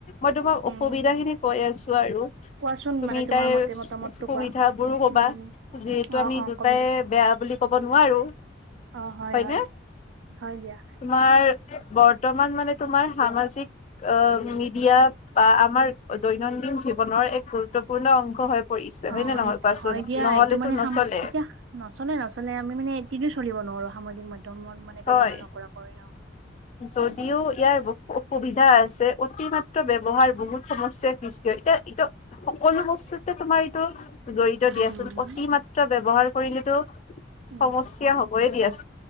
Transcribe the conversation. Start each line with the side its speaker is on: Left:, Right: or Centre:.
Left: মই তোমাক
Right: উম।
Left: অসুবিধা খিনি কৈ আছো আৰু।
Right: কোৱাচোন
Left: তুমি
Right: মানে তোমাৰ
Left: তাইৰ
Right: মতে মতামতটো
Left: সুবিধা
Right: কোৱা।
Left: বোৰো কবা
Right: উম,
Left: যিহেতু
Right: অ'
Left: আমি
Right: অ'
Left: দুটাই
Right: কম দিয়া
Left: বেয়া বুলি ক'ব নোৱাৰো।
Right: অ, হয়
Left: হয়নে
Right: হয় হয় দিয়া।
Left: তোমাৰ বৰ্তমান মানে তোমাৰ সামাজিক অ মিডিয়া বা আমাৰ দৈনন্দিন জীৱনৰ এক গুৰুত্বপূৰ্ণ অংশ হয়। পৰিছে
Right: অ
Left: নে নহয়
Right: সেইটো
Left: কোৱাচোন
Right: হয় দিয়া
Left: নহলেতো
Right: এইটো মানে
Left: নচলে
Right: এতিয়া নচলে নচলে আমি মানে এদিনো চলিব নোৱাৰো সামাজিক মাধ্যমত মানে
Left: হয়
Right: ব্যৱহাৰ নকৰাকৈ ন।
Left: যদিও
Right: বঢ়িয়া।
Left: ইয়াৰ বহুত অসুবিধা আছে অতি মাত্ৰ ব্যৱহাৰ বহুত সমস্যাই সমস্যা এতিয়া এতিয়া সকলো বস্তুতে তোমাৰ এইটো জড়িত দিয়াচোন
Right: উম,
Left: অতি মাত মাএ ব্যৱহাৰ কৰিলেটো
Right: উম,
Left: সমস্যা হ'বই দিয়া।